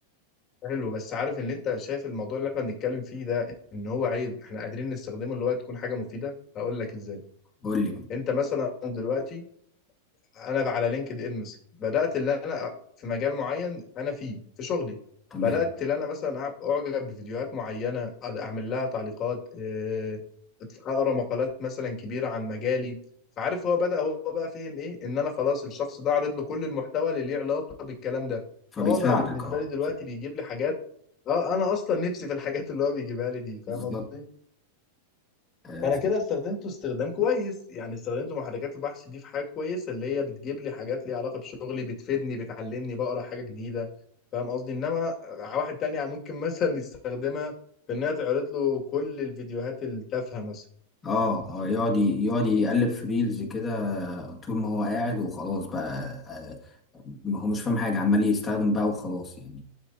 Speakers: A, on the left; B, on the left.
A: حلو بس عارف ان انت شايف الموضوع اللي احنا بنتكلم فيه ده ان هو عيب احنا قادرين نستخدمه اللي هو تكون حاجة مفيدة هقول لك ازاي
B: قول لي بقى
A: انت مثلا دلوقتي انا بقى على لينكد ان مثلا بدات اللي انا في مجال معين انا فيه في شغلي
B: تمام
A: بدات اللي انا مثلا أع- اعجب بفيديوهات معينه اعمل لها تعليقات آه، اقرا مقالات مثلا كبيره عن مجالي فعارف هو بدا هو بقى فهم ايه ان انا خلاص الشخص ده عرض له كل المحتوى اللي ليه علاقه بالكلام ده
B: فبيساعدك
A: فهو بقى بالنسبه
B: اه
A: لي دلوقتي بيجيب لي حاجات اه انا اصلا نفسي في الحاجات اللي هو بيجيبها لي دي
B: بالظبط
A: فاهم قصدي
B: اه
A: فانا كده استخدمته استخدام كويس يعني استخدمت محركات البحث دي في حاجه كويسه اللي هي بتجيب لي حاجات ليها علاقه بشغلي بتفيدني بتعلمني بقرا حاجه جديده فاهم قصدي انما واحد تاني ممكن مثلا يستخدمها في انها تعرض له كل الفيديوهات التافهه مثلا
B: اه آه، يقعد يقعد يقلب في ريلز كده طول ما هو قاعد وخلاص بقى آه، ما هو مش فاهم حاجة عمال يستخدم بقى وخلاص يعني